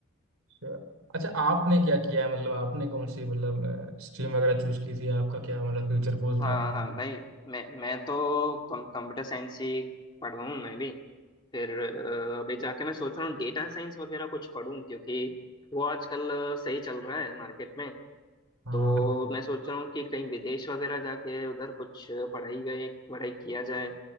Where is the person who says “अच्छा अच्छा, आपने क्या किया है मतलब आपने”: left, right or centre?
Right